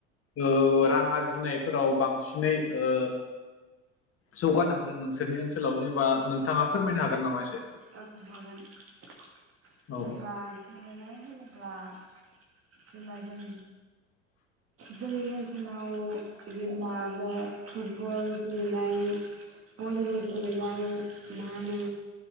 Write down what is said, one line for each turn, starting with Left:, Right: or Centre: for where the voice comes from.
Left: ओ रां आरजिनायफोराव बांसिनै ओ जौगानो हादों नोंसोरनि ओनसोलाव जेनेबा नोंथाङा फोरमायनो हागोन नामा एसे?
Right: ओं हागोन जेनबा
Left: औ
Right: गेलनाय होनो ब्ला जेनबा जों जोंनि खालाव जेनबा बे फुटबल गेलेनाय भलिबल गेलेनाय मा होनो